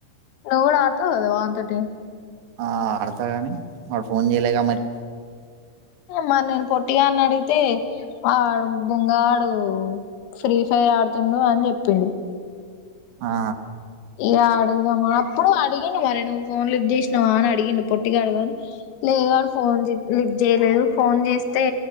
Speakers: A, on the left (about 85°); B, on the right (about 65°).
A: నువు కూడా ఆడతవ్ కద వాంతోటి
B: ఆ ఆడతా గాని వాడు ఫోన్ చేయలేగా మరి
A: మరి నేను పొట్టిగాని అడిగితే వాడు బుంగగాడు ఫ్రీ ఫైర్ ఆడుతుండు అని చెప్పిండు
B: ఆ
A: ఇగ అడుగుదామా అప్పుడు అడిగిండు మరే నువ్వు ఫోన్ లిఫ్ట్ చేసినావా అని అడిగిండు పొట్టిగాడు గాని లేదు వాడు ఫోన్ లిఫ్ట్ చేయలేదు. ఫోన్ చేస్తే